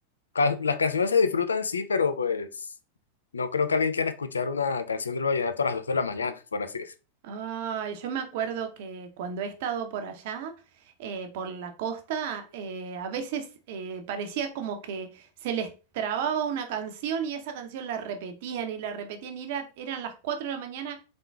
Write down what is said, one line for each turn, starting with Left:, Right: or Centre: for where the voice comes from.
Left: ca- Las canciones se disfrutan, sí, pero pues no creo que alguien quiera escuchar una canción del vallenato a las 2 de la mañana, por así decirlo.
Right: Ay, yo me acuerdo que cuando he estado por allá, eh, por la costa, eh, a veces eh, parecía como que se les trababa una canción y esa canción la repetían y la repetían y era- eran las 4 de la mañana